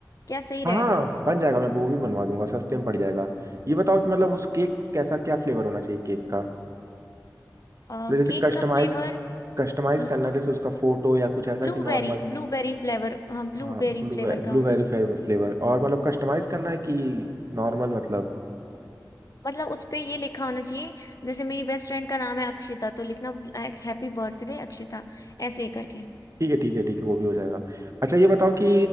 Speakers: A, on the left; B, on the right.
A: क्या सही
B: हाँ
A: रहेगा
B: हाँ बन जाएगा मैं वो भी बनवा दूंगा सस्ते में पड़ जाएगा ये बताओ कि मतलब उस केक कैसा क्या फ्लेवर होना चाहिए केक का
A: अ,
B: मतलब जैसे
A: केक
B: कस्टमाइज
A: का फ्लेवर
B: कस्टमाइज
A: हम्म,
B: करना है, जैसे उसका फोटो या कुछ ऐसा
A: ब्लूबेरी
B: कि नॉर्मल
A: ब्लूबेरी फ्लेवर हाँ ब्लूबेरी
B: हाँ ब्लू
A: फ्लेवर
B: ब्लूबेरी
A: का होना चाहिए
B: फ्लेवर और मतलब कस्टमाइज करना है कि नॉर्मल मतलब
A: मतलब उस पे ये लिखा होना चाहिए जैसे मेरी बेस्ट फ्रेंड का नाम है अक्षिता तो लिखना हैप्पी बर्थडे अक्षिता ऐसे ही करके
B: ठीक है ठीक है ठीक है वो भी हो जाएगा अच्छा ये बताओ कि